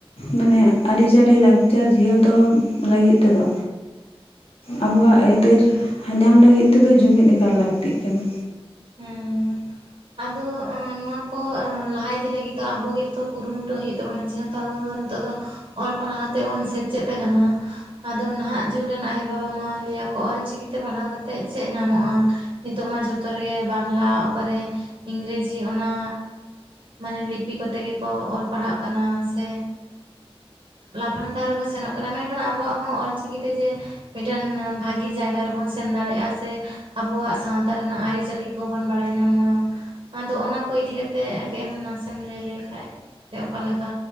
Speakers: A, on the left; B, on the right.
A: ᱢᱟᱱᱮ ᱟᱹᱨᱤᱪᱟᱹᱞᱤ ᱞᱟᱠᱪᱟᱨ ᱡᱤᱭᱟᱹᱲ ᱫᱚᱦᱚ ᱞᱟᱹᱜᱤᱫ ᱛᱮᱫᱚ ᱟᱵᱚᱣᱟᱜ ᱟᱹᱭᱫᱟᱹᱨ
B: ᱦᱮᱸ
A: ᱧ ᱧᱟᱢ ᱞᱟᱹᱜᱤᱫ ᱛᱮᱫᱚ ᱡᱩᱢᱤᱫ ᱮᱠᱟᱞ ᱞᱟᱹᱠᱛᱤᱜ ᱠᱟᱱᱟ
B: ᱦᱮᱸ ᱟᱫᱚ ᱱᱚᱣᱟ ᱠᱚ ᱞᱟᱦᱟ ᱤᱫᱤ ᱞᱟᱹᱜᱤᱫ ᱫᱚ ᱟᱵᱚᱜᱮᱛᱚ ᱠᱩᱨᱩᱢᱩᱴᱩ ᱦᱩᱭᱩᱜ ᱛᱟᱵᱚᱱᱟ ᱡᱮᱦᱮᱛᱩ ᱟᱵᱚ ᱱᱤᱛᱚᱜ ᱫᱚ ᱚᱞ ᱯᱟᱲᱦᱟᱣ ᱛᱮ ᱵᱚᱱ ᱥᱮᱪᱮᱫ ᱟᱠᱟᱱᱟ ᱟᱫᱚ ᱱᱟᱦᱟᱜ ᱡᱩᱜᱽ ᱨᱮᱱ ᱟᱭᱳᱼᱵᱟᱵᱟ ᱢᱟ ᱞᱟᱹᱭᱟ ᱠᱚ ᱚᱞᱪᱤᱠᱤᱛᱮ ᱯᱟᱲᱦᱟᱣ ᱠᱟᱛᱮᱫ ᱪᱮᱫ ᱧᱟᱢᱚᱜᱼᱟ ᱱᱤᱛᱚᱜ ᱢᱟ ᱡᱷᱚᱛᱚ ᱨᱮᱜᱮ ᱵᱟᱝᱞᱟ ᱚᱠᱟᱨᱮ ᱤᱝᱨᱮᱡᱤ ᱚᱱᱟ ᱢᱟᱱᱮ ᱞᱤᱯᱤ ᱠᱚᱛᱮ ᱜᱮᱠᱚ ᱚᱞ ᱯᱟᱲᱦᱟᱜ ᱠᱟᱱᱟ ᱥᱮ ᱞᱟᱯᱷᱟᱝ ᱰᱟᱦᱟᱨ ᱨᱮᱠᱚ ᱥᱮᱱᱚᱜ ᱠᱟᱱᱟ, ᱢᱮᱱᱠᱷᱟᱱ ᱟᱵᱚᱣᱟᱜ ᱦᱚᱸ ᱚᱞᱪᱤᱠᱤ ᱛᱮ ᱡᱮ ᱢᱤᱫᱴᱮᱱ ᱵᱷᱟᱜᱤ ᱡᱟᱭᱜᱟ ᱨᱮᱵᱚᱱ ᱥᱮᱱ ᱫᱟᱲᱮᱭᱟᱜᱼᱟ ᱥᱮ ᱟᱵᱚᱣᱟᱜ ᱥᱟᱶᱛᱟ ᱨᱮᱱᱟᱜ ᱟᱹᱨᱤ ᱪᱟᱹᱞᱤ ᱠᱚᱵᱚᱱ ᱵᱟᱲᱟᱭ ᱧᱟᱢᱟ ᱟᱫᱚ ᱚᱱᱟ ᱠᱚ ᱤᱫᱤ ᱠᱟᱛᱮ ᱮᱢ ᱱᱟᱥᱮᱢ ᱞᱟᱹᱭ ᱞᱮᱠᱷᱟᱡ ᱥᱮ ᱚᱠᱟᱞᱮᱠᱟ